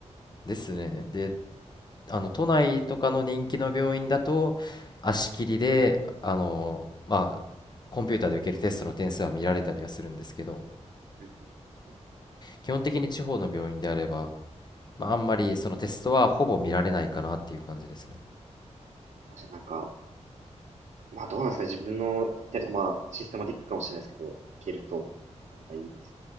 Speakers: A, on the left; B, on the right.
A: ですね。で、あの、都内とかの人気の病院だと、足切りで、あの、まあ、コンピューターで受けるテストの点数は見られたりはするんですけど、
B: うんうんうんうん
A: 基本的に地方の病院であれば、まあ、あんまりそのテストはほぼ見られないかなっていう感じですね。
B: あじゃあなんか、まあどうなんですかね自分の行きたいとこ、まあシステマティックかもしれないですけど、行けると、なかなかいいです。